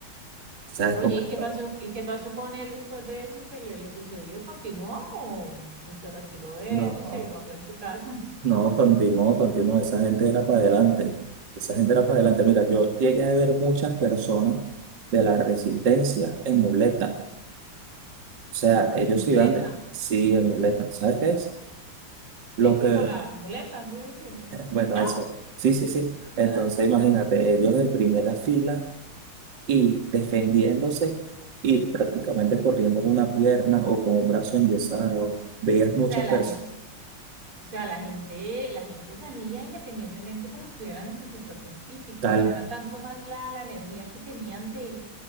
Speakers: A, on the right; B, on the right.
A: ¿sabes
B: Oye,
A: cómo
B: ¿y
A: es?
B: qué
A: todo?
B: pasó? ¿Y qué pasó con él después de eso que le, le sucedió? ¿Continuó o, o se retiró de
A: No,
B: eso y
A: no.
B: se guardó en su casa
A: No, continuó, continuó. Esa gente era para adelante. Esa gente era para adelante. Mira, yo llegué a ver muchas personas de la resistencia en muleta. O sea, ellos
B: <laughs> en muleta?
A: iban de... Sí, en muleta. ¿Sabes qué es?
B: Sí,
A: Lo
B: sí,
A: que...
B: con la muleta, sí, sí.
A: Bueno,
B: ¿No?
A: eso. Sí, sí, sí. Entonces,
B: <laughs>
A: imagínate, ellos de primera fila y defendiéndose y prácticamente corriendo en una pierna o con un brazo enyesado. Veías muchas
B: O sea, la
A: personas.
B: gente, o sea, la gente, la gente salía independientemente como estuvieran en su situación física.
A: tal
B: O sea, era tanto más la, la energía que tenían de,